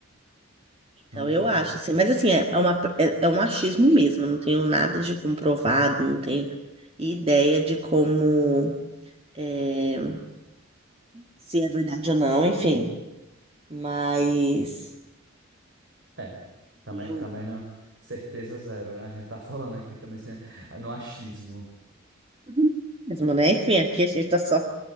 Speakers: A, on the right; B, on the right.
A: Então,
B: Não tenho
A: eu acho,
B: certeza.
A: assim, mas assim, é, é uma, é, é um achismo mesmo, eu não tenho nada de comprovado, não tenho ideia de como, é, se é verdade ou não, enfim, mas
B: É, também,
A: eu,
B: também não, certeza zero, né? A gente tá <laughs> falando aqui também sem- no achismo.
A: <laughs> mesmo, né? Enfim, aqui a gente tá só